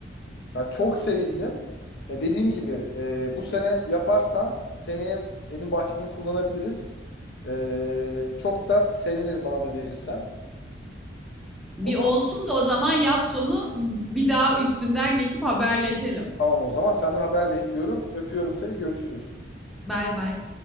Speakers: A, on the left; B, in the centre.
A: ya çok sevindim. E, dediğim gibi e, bu sene yaparsan seneye benim bahçemi kullanabiliriz. E, çok da sevinirim bana da verirsen.
B: Bir
A: O zaman
B: olsun da o zaman yaz sonu bir daha üstünden geçip haberleşelim.
A: Tamam o zaman senden haber bekliyorum. Öpüyorum seni. Görüşürüz.
B: Bay bay.